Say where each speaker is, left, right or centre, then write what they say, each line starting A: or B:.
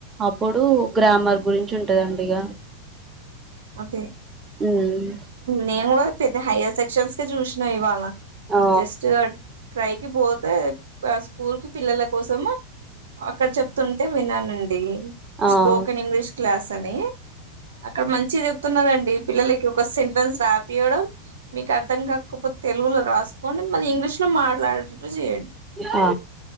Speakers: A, on the right (about 20°); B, on the right (about 60°).
A: అప్పుడు గ్రామర్ గురించి ఉంటదండి ఇగ.
B: అదే
A: ఉమ్
B: నేను కూడా పెద్ద హయ్యర్ సెక్షన్స్కే చూశినా ఇవ్వాళ.
A: ఆ
B: జస్ట్ ట్రైకి పోతే ఆ స్కూల్ కి పిల్లల కోసము అక్కడ చెప్తుంటే విన్నానండి
A: ఆ
B: స్పోకెన్ ఇంగ్లీష్ క్లాస్ అని అక్కడ మం చిగ చెప్తున్నరండి పిల్లలకి ఒక సెంటెన్స్ రాపీయడం, మీకు అర్థం కాకపో తెలుగులో రాసుకోండి మళ్ళీ ఇంగ్లీష్ లో మాట్లాడేటట్టు చేయ్యండి.
A: ఆ ఆ